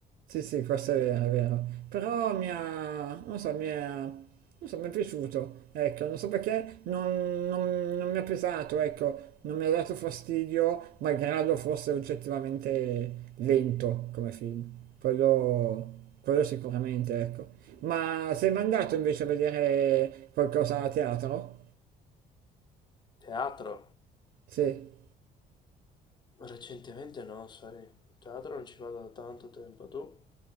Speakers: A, on the right (about 65°); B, on the left (about 25°).
A: Sì, sì, questo è vero, è vero. Però mi ha... non so, mi è... non so, mi è piaciuto. Ecco, non so perché non, non- non mi ha pesato, ecco. Non mi ha dato fastidio, malgrado fosse oggettivamente lento come film. Quello, quello sicuramente, ecco. Ma sei mai andato invece a vedere qualcosa a teatro?
B: Teatro?
A: Sì.
B: Recentemente no, sai. Teatro non ci vado da tanto tempo, tu?